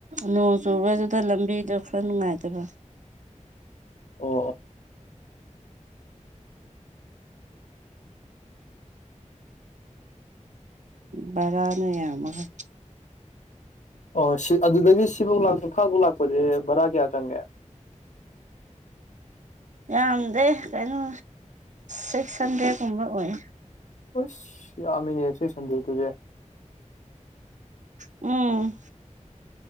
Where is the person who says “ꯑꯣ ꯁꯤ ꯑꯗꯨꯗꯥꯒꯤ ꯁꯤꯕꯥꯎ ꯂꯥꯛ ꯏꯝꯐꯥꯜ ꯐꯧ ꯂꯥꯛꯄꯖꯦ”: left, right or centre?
Left